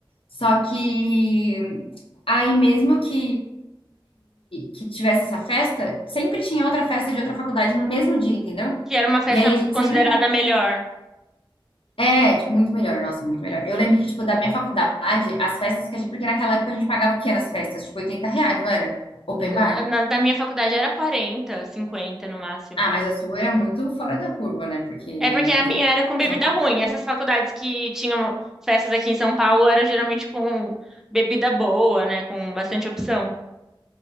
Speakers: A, on the left (about 85°); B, in the centre.
A: Só que aí mesmo que que tivesse essa festa, sempre tinha outra festa de outra faculdade no mesmo dia, entendeu?
B: Que era uma festa
A: E aí a gente sempre
B: considerada melhor.
A: é, tipo, muito melhor, nossa, muito melhor. Eu lembro que, tipo, da minha faculdade, as festas que a gente. Porque naquela época a gente pagava o quê nas festas? Tipo, 80 reais, não era? Open
B: Na,
A: bar?
B: na- da minha faculdade era 40, 50 no máximo.
A: Ah, mas a sua era muito fora da curva, né? Porque
B: É porque
A: aqui
B: a minha
A: em
B: era com bebida
A: São Paulo.
B: ruim. Essas faculdades que tinham festas aqui em São Paulo era geralmente com bebida boa, né? Com bastante opção.